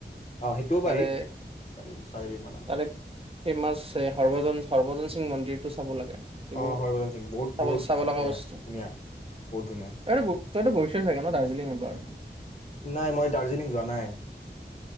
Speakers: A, on the left (about 40°); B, on the right (about 30°).
A: অঁ সেইটোও পাৰি
B: তাৰে,
A: চাৰি চাৰিদিনমানত
B: তাৰে ফেমাছ সৰ্বজন সৰভজন সিং মন্দিৰ ডেটটো চাব লাগে। সেইটো
A: অ'
B: বহুত
A: হৰভদন সিং বহুত,
B: চাব
A: বহুত
B: চাব লগা
A: সেয়া
B: বস্তু
A: ধুনীয়া বহুত ধুনীয়া।
B: তইতো তইতো গৈছ চাগে ন দাৰ্জিলিংএবাৰ?
A: নাই মই দাৰ্জিলিং যোৱা নাই।